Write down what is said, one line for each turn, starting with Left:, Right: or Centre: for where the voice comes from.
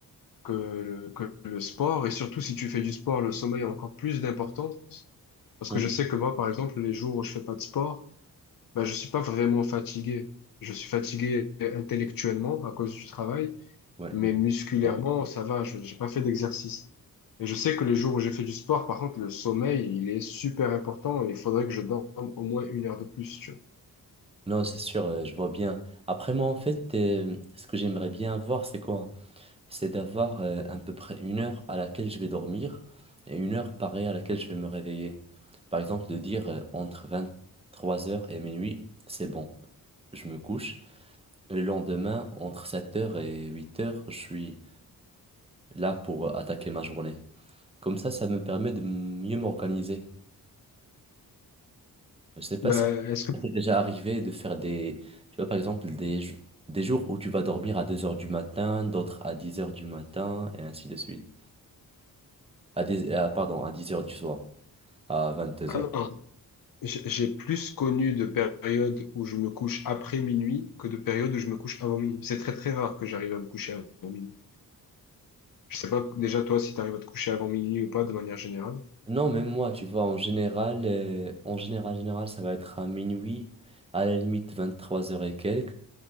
Left: que le, que le sport. Et surtout, si tu fais du sport, le sommeil a encore plus d'importance. Parce
Right: Mm.
Left: que je sais que moi, par exemple, les jours où je fais pas de sport, ben, je suis pas vraiment fatigué. Je suis fatigué intellectuellement à cause du travail.
Right: Ouais,
Left: mais
Right: mais
Left: musculairement,
Right: bon.
Left: ça va, je j'ai pas fait d'exercice. Et je sais que les jours où j'ai fait du sport, par contre, le sommeil, il est super important et il faudrait que je dorme au moins une heure de plus, tu vois.
Right: Non, c'est sûr, euh, je vois bien. Après, moi, en fait, euh, ce que j'aimerais bien avoir, c'est quoi? C'est d'avoir euh, à peu près une heure à laquelle je vais dormir et une heure pareille à laquelle je vais me réveiller. Par exemple, de dire euh, entre trois heures et minuit, c'est bon, je me couche. le lendemain, entre sept heures et huit heures, je suis là pour euh, attaquer ma journée. Comme ça, ça me permet de mieux m'organiser. Je sais pas
Left: Ben,
Right: Ça
Left: est-ce que...
Right: t'est déjà arrivé de faire des, tu vois, par exemple, des, jou- des jours où tu vas dormir à deux heures du matin, d'autres à dix heures du matin, et ainsi de suite. À des, à- pardon, à dix heures du soir, à vingt deux
Left: Ah
Right: heures
Left: non, j'ai j'ai plus connu de périodes où je me couche après minuit que de périodes où je me couche avant minuit. C'est très très rare que j'arrive à me coucher avant minuit. Je sais pas déjà toi si tu arrives à te coucher avant minuit ou pas de manière générale.
Right: Non, même moi, tu vois, en général, euh, en général, général, ça va être à minuit, à la limite vingt trois heures et quelques,